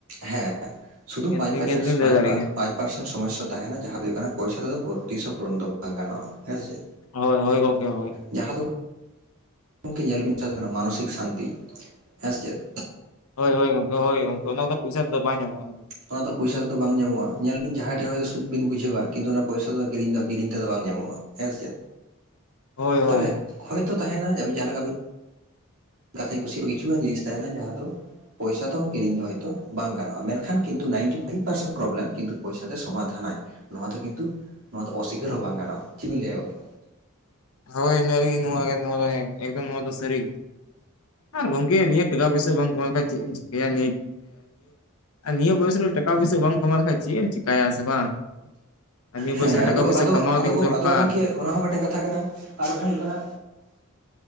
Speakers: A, on the right (about 70°); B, on the left (about 75°).
A: ᱦᱮ ᱥᱩᱫᱷᱩ
B: ᱱᱤᱭᱟᱹ
A: ᱯᱟᱸᱪ
B: ᱫᱚᱞᱤᱧ
A: ᱯᱟᱪᱷᱮ
B: ᱱᱤᱭᱟᱹ ᱫᱚᱞᱤᱧ
A: ᱯᱟᱸᱪ
B: ᱞᱟᱹᱭ ᱫᱟᱲᱮᱭᱟᱜᱼᱟ
A: ᱯᱟᱸᱪ ᱯᱟᱸᱪ ᱯᱟᱨᱥᱮᱱ ᱥᱚᱢᱚᱥᱥᱟ ᱛᱟᱦᱮᱱᱟ ᱡᱟᱦᱟᱸ ᱫᱚ ᱦᱩᱭᱩᱜ ᱠᱟᱱᱟ ᱯᱚᱭᱥᱟ ᱛᱮᱫᱚ ᱛᱤᱥ ᱦᱚᱸ ᱯᱩᱨᱚᱱ ᱫᱚ ᱵᱟᱝ ᱜᱟᱱᱚᱜᱼᱟ ᱦᱮᱸ ᱥᱮ ᱪᱮ
B: ᱦᱳᱭ ᱦᱳᱭ ᱜᱚᱝᱠᱮ ᱦᱳᱭ
A: ᱡᱟᱦᱟᱸ ᱫᱚᱝ <inaudible> ᱧᱮᱞ ᱵᱤᱱ ᱥ ᱠᱟᱱᱟ ᱢᱟᱱᱚᱥᱤᱠ ᱥᱟᱱᱛᱤ ᱦᱮᱸ ᱪᱮᱫ
B: ᱦᱳᱭ ᱦᱳᱭ ᱜᱚᱢᱠ ᱦᱳᱭ ᱜᱚᱢᱠᱮ ᱚᱱᱟ ᱫᱚ ᱯᱚᱭᱥᱟ ᱛᱮᱫᱚ ᱵᱟᱝ ᱧᱟᱢᱚᱜᱼᱟ
A: ᱚᱱᱟ ᱫᱚ ᱯᱚᱭᱥᱟ ᱛᱮᱫᱚ ᱵᱟᱝ ᱧᱟᱢᱚᱜᱼᱟ ᱧᱮᱞ ᱵᱤᱱ ᱡᱟᱦᱟᱸᱭ ᱴᱷᱮᱱ ᱦᱚᱛᱚ ᱥᱩᱠ ᱵᱤᱱ ᱵᱩᱡᱷᱟᱹᱣᱟ ᱠᱤᱱᱛᱩ ᱚᱱᱟ ᱯᱚᱭᱥᱟ ᱫᱚ ᱠᱤᱨᱤᱧ ᱫᱚ ᱠᱤᱨᱤᱧ ᱛᱮᱫᱚ ᱵᱟᱝ ᱧᱟᱢᱚᱜ-ᱟ ᱦᱮᱸ ᱥᱮ
B: ᱦᱳᱭ
A: ᱛᱟᱦᱚᱞᱮ
B: ᱦᱳᱭ
A: ᱦᱳᱭᱛᱳ ᱛᱟᱦᱮᱱᱟ ᱡᱟᱦᱟᱸ ᱞᱮᱠᱟᱵᱤᱱ ᱠᱟᱛᱷᱟᱧ ᱠᱩᱥᱤᱭᱟᱜᱼᱟ ᱠᱤᱪᱷᱩᱟᱱ ᱡᱤᱱᱤᱥ ᱛᱟᱦᱮᱱᱟ ᱡᱟᱦᱟᱸ ᱫᱚ ᱯᱚᱭᱥᱟ ᱛᱮᱦᱚᱸ ᱠᱤᱨᱤᱧ ᱫᱚ ᱦᱚᱭᱛᱚ ᱵᱟᱝ ᱜᱟᱱᱚᱜ-ᱟ ᱢᱮᱱᱠᱷᱟᱱ ᱠᱤᱱᱛᱩ ᱱᱟᱭᱤᱱᱴᱤ ᱯᱷᱟᱭᱤᱵᱷ ᱯᱟᱨᱥᱮᱱᱴ ᱯᱨᱚᱵᱽᱞᱮᱢ ᱠᱤᱱᱛᱩ ᱯᱚᱭᱥᱟᱛᱮ ᱥᱚᱢᱟᱫᱷᱟᱱᱟᱭ ᱱᱚᱣᱟ ᱫᱚ ᱠᱤᱱᱛᱩ ᱱᱚᱣᱟ ᱫᱚ ᱚᱥᱤᱠᱟᱹᱨ ᱦᱚᱸ ᱵᱟᱝ ᱜᱟᱱᱚᱜ-ᱟ ᱪᱮᱫ ᱵᱤᱱ ᱞᱟᱹᱭᱟ ᱜᱚᱝᱠᱮ
B: ᱦᱳᱭᱱ <unintelligible> ᱤᱱᱟ ᱮᱠᱫᱚᱢ ᱱᱚᱣᱟ ᱫᱚ ᱥᱟᱹᱨᱤ ᱜᱮ ᱟᱨ ᱜᱚᱝᱠᱮ ᱱᱤᱭᱟᱹ ᱴᱟᱠᱟ ᱯᱚᱭᱥᱟ ᱵᱟᱝ ᱠᱷᱟᱱ ᱫᱤᱢ <inaudible> ᱱᱤᱭᱟᱹ ᱵᱥ <unintelligible> ᱚᱠᱟ ᱯᱩᱭᱥᱟᱹ ᱵᱟᱝ ᱠᱚᱢᱟᱞ ᱠᱷᱟᱭ ᱪᱮᱫ ᱮᱢ ᱪᱤᱠᱟᱭᱟ ᱟᱥᱮ ᱵᱟᱝ ᱟᱨ ᱱᱤᱭᱟᱹ ᱵᱚᱭᱚᱥ
A: ᱦᱮᱸ
B: ᱨᱮ ᱴᱟᱠᱟ
A: ᱟᱫᱚ
B: ᱯᱚᱭᱥᱟ
A: ᱟᱫᱚ
B: ᱠᱟᱢᱟᱣ
A: ᱟᱫᱚ
B: ᱛᱮ ᱫᱚᱨᱠᱟᱨ
A: ᱟᱫᱚ ᱜᱚᱝᱠᱮ ᱚᱱᱟ ᱦᱚᱸ ᱢᱤᱫᱴᱮᱱ ᱠᱟᱛᱷᱟ ᱠᱟᱱᱟ ᱟᱨ ᱢᱤᱫᱴᱮᱱ ᱦᱩᱭᱩᱜ ᱠᱟᱱᱟ